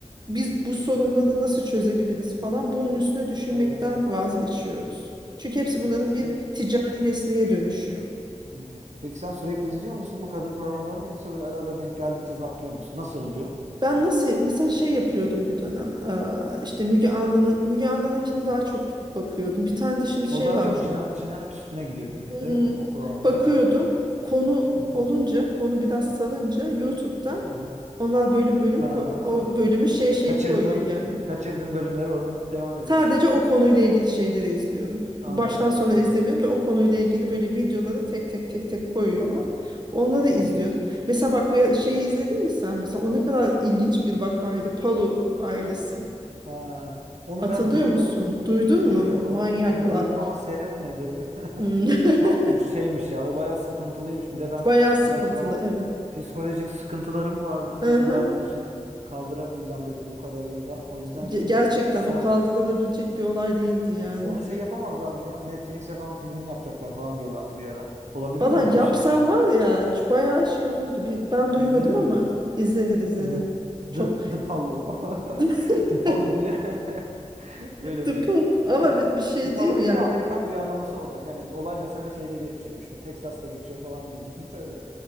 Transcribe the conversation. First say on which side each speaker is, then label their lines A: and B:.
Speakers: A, on the right; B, on the right.
A: Biz bu sorunları nasıl çözebiliriz falan bunun üstüne düşünmekten
B: Evet evet.
A: vazgeçiyoruz. Çünkü hepsi bunların
B: Evet. Spe-
A: bir ticari nesneye dönüşüyor.
B: Hmm. Peki sen sürekli izliyor musun bu kadın programlarını yoksa böyle arada denk geldikçe zaplıyor musun? Nasıl oluyor?
A: Ben nasıl mesela şey yapıyordum bir dönem eee, işte Müge Anlı'nın Müge Anlı'nınkini daha çok bakıyordum. Bir tane de şimdi şey
B: O daha
A: varmış
B: çok cina cinayet üstüne gidiyor gibi,
A: Hmm,
B: değil mi? O programda.
A: bakıyordum. Konu
B: Hı hı.
A: olunca, konu biraz sarınca YouTube'dan
B: Hı hı.
A: onlar bölüm bölüm
B: Ha.
A: ko- o bölümü şey şey
B: Kaçırdın.
A: koyuyor yani.
B: Kaçırdın bölümleri oradan devam ediyorsun.
A: Sadece o konuyla ilgili şeyleri izliyorum.
B: Anladım.
A: Baştan sona
B: Anladım.
A: izlemiyorum da o konuyla ilgili böyle videoları tek tek tek tek koyuyorlar. Onları izliyorum.
B: Hı hı.
A: Mesela bak bir şeyi izledin mi sen? Mesela o ne kadar ilginç bir vakaydı. Palu ailesi.
B: Ha. Onu
A: Hatırlıyor
B: ben duydum.
A: musun? Duydun
B: Evet
A: mu?
B: evet onu
A: Manyaklar.
B: onu duydum ama seyretmedim.
A: Hmm.
B: <laughs>
A: <laughs>
B: Çok şeymiş ya. O bayağı sıkıntılıymış. Bir de ben
A: Bayağı sıkıntılı
B: biraz o zaman
A: evet.
B: psikolojik sıkıntılarım vardı.
A: Hı
B: Dedim
A: hı.
B: ben bunu şimdi kaldıramayacağım dedim bu kadarını da. O yüzden
A: Ge-
B: dedim
A: Gerçekten
B: son
A: o kaldırılabilecek bir olay değildi yani.
B: onu şey yapamazlar mı ya? Netflix'e falan filmini yapacaklar falan diyorlardı bir ara. Olabilir
A: Valla
B: mi öyle
A: yapsam
B: bir şey?
A: var ya ç- bayağı şey olurdu. Bir, ben duymadım
B: İzlenir
A: ama
B: mi?
A: izlenir izlenir.
B: Hı hı.
A: Çok
B: The, The Palo. <laughs>
A: <laughs>
B: The Palo diye. <laughs> <laughs> Öyle
A: dıpı
B: bir
A: ama
B: bir
A: bir, bir şey
B: Bir Palo
A: değil mi?
B: bir
A: Ya,
B: de Amerikan uyarlaması olacak. Yani olay mesela şeyde geçiyor. işte Texas'ta geçiyor falan gibi. Düşünsene.